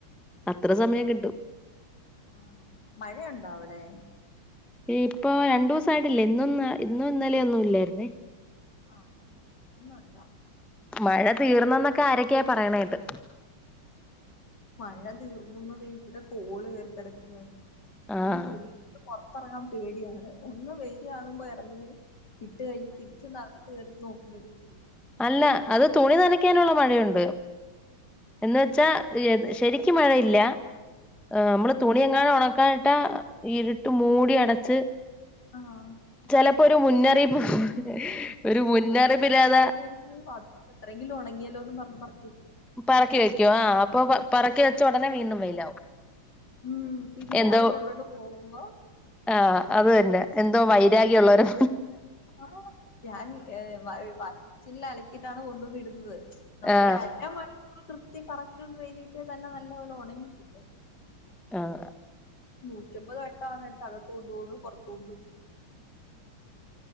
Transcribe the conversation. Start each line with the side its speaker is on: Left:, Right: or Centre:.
Centre: അത്ര സമയം കിട്ടും.
Left: ആണോ. മഴയുണ്ടോ അവിടെ?
Centre: ഇപ്പൊ രണ്ടു ദിവസായിട്ടില്ലാ ഇന്നൊന്ന് ഇന്നും ഇന്നലെയൊന്നും ഇല്ലായിരുന്നേ.
Left: ആഹ് ഇന്നൊണ്ടോ?
Centre: മഴ തീർന്നന്നൊക്കെ ആരൊക്കെയെ പറയണ കേട്ട്
Left: മഴ തീർന്നുന്നത് ഇവിടെ കോള് കേറി കിടക്കാണ്......
Centre: ആഹ്
Left: ഒന്ന് തുണി പുറത്തറങ്ങാ പേടിയാണ് ഒന്ന് വെയ്‌ല് കാണുമ്പോ എറങ്ങി...... ട്ട് കഴിഞ്ഞ് തിരിച്ചൊന്ന് അകത്ത് കേറി നോക്കുമ്പോഴ് ത്തേക്ക്.....
Centre: അല്ല അത് തുണി നനയ്ക്കാനുള്ള മഴയുണ്ട്..... എന്ന
Left: ആണോ
Centre: വെച്ചാ ശരിക്ക് മഴയില്ല..... ആഹ് നമ്മള് തുണിയങ്ങാനുണക്കാനി... ട്ട ഇരുട്ട് മൂടി അടച്ച്
Left: ആഹ് ആഹ്
Centre: ചെലപ്..... ഇപ്പൊ ഒരു മുന്നറിയിപ്പു ഒരു മുന്നറിയിപ്പില്ലാത......
Left: എനിക്ക് <unintelligible> ഇത്ര എങ്കിലും ഉണങ്ങിയല്ലോന്ന് പറഞ്ഞ് പറ....
Centre: പറക്കി വെക്കോ ആഹ് അപ്പൊ പറക്കി വെച്ച ഉടനെ വീണ്ടും വെയിലാവും.....
Left: ഉം പിന്നെ
Centre: എന്തോ
Left: അത് കൊണ്ടോണ്ട് പോകുമ്പോ
Centre: ആഹ് അത് തന്നെ....... എന്തോ വൈരാഗ്യ ഉള്ളൊരെ.....
Left: ആഹ് ഞാൻ ഏഹ് വ ചിൽ അലക്കീട്ടാണോ കൊണ്ടൊന്നിടുന്നത് നമുക്കൊരു
Centre: ആ
Left: അര മണിക്കൂർ കൃത്യം കറക്റ്റ് ഒന്ന് വെയിലിട്ടേ തന്നെ നല്ല പോലെ ഉണങ്ങി കിട്ടു
Centre: ആഹ്.......
Left: നൂറ്റമ്പത് വട്ടാണ് എടുത്ത് അകത്ത് കൊണ്ട് പോകുന്നു പുറത്ത് കൊണ്ടൊന്നു....